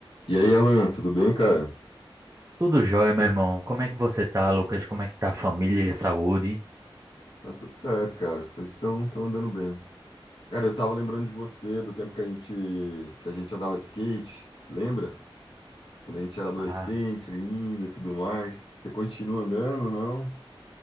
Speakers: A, on the left (about 70°); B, on the right (about 30°).
A: E aí, Alan, tudo bem, cara?
B: Tudo jóia, meu irmão. Como é que você tá, Lucas? Como é que tá a família e a saúde?
A: Tá tudo certo, cara. As coisas estão estão andando bem. Cara, eu tava lembrando de você, do tempo que a gente que a gente andava de skate, lembra? Quando a gente era adolescente
B: Ah,
A: ainda e tudo mais. Você continua andando, não?